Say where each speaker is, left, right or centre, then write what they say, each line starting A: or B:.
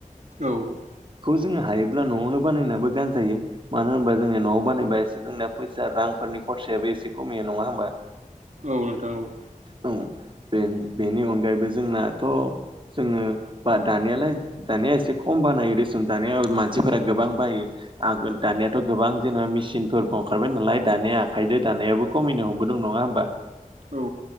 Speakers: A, on the right; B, on the right.
A: औ।
B: ज हायोब्ला न'नो बानाय गायो म। जोंनि न'आव बानायबा एसे जोंनिया फैसा रांफोरनि खरसायाबो एसे खमिया नङा होमबा।
A: औ न दा औ।
B: औ बे बेनि अनगायैबो जोंनाथ'। जोङो बा दानियालाय दानिया एसे खम बानायो रेसुन दानाय मानसिफोरा गोबां बायो। आगोल दानियाथ'। गोबां जेनेबा मेसिनफोरबो ओंखारबाय नालाय दानाया आखाइद दानायाबो खमायनो हमबोदों नङा होनोमबा?
A: औ।